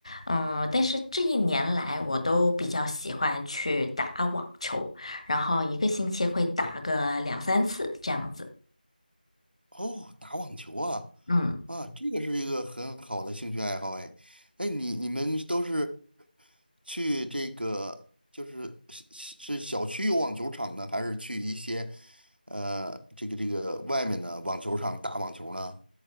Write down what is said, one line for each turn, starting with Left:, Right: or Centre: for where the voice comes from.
Left: 嗯，但是这一年来我都比较喜欢去打网球，然后一个星期会打个两三次这样子。
Right: 哦，打网球啊，
Left: 嗯。
Right: 啊，这个是一个很好的兴趣爱好。哎，哎，你你们都是去这个就是是是小区有网球场呢，还是去一些呃这个这个外面的网球场打网球呢？